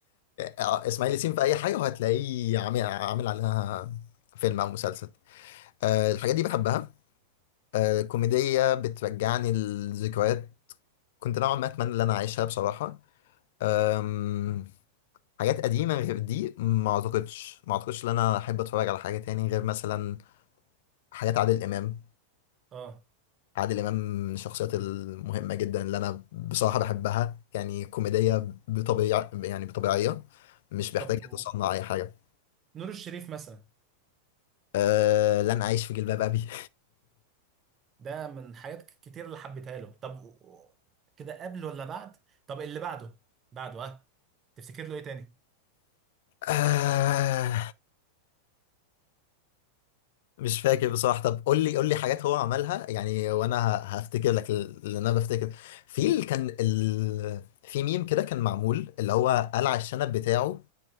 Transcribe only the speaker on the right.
اه
طب و-
نور الشريف مثلا
ده من حاجات كتير اللي حبيتها له طب و- و- كده قبل ولا بعد طب اللي بعده بعده اه تفتكر له ايه تاني